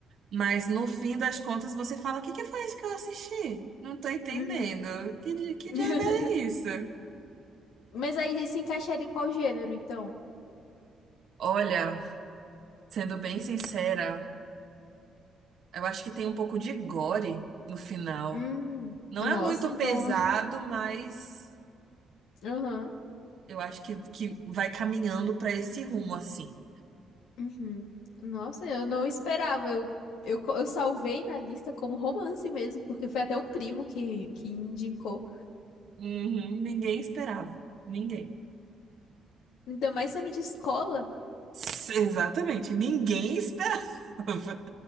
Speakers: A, on the right; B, on the left.
A: mas no fim das contas você fala: O que que foi isso que eu assisti? Não tô entendendo.
B: Uhum.
A: Que, di- que
B: <laughs>
A: diabo é isso?
B: Mas aí se encaixaria em qual gênero, então?
A: Olha, sendo bem sincera, eu acho que tem um pouco de gore no final.
B: Hum,
A: Não
B: nossa,
A: é muito
B: então.
A: pesado,
B: <laughs>
A: mas
B: Aham.
A: eu acho que, que vai caminhando pra esse rumo assim.
B: uhum. Nossa, eu não esperava. Eu, eu, co- eu salvei na lista como romance mesmo, porque foi até um primo que, que indicou.
A: Uhum, ninguém esperava. Ninguém.
B: Ainda mais sendo de escola.
A: S- Exatamente, ninguém esperava. <laughs>